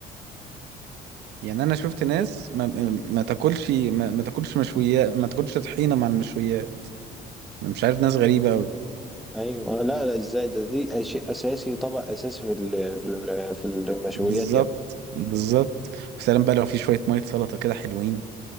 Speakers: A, on the right; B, in the centre.
A: يعني انا شفت ناس
B: أي-
A: ما, ما ما تاكلش ما, ما تاكلش مشويات ما تاكلش طحينه مع المشويات انا مش عارف ناس غريبه قوي
B: ايوه آه، لا لا ازاي ده دي شيء اساسي طبق اساسي في ال... في ال... في المشويات
A: بالظبط
B: يعني
A: بالظبط وسلام بقى لو في شويه ميه سلطه كده حلوين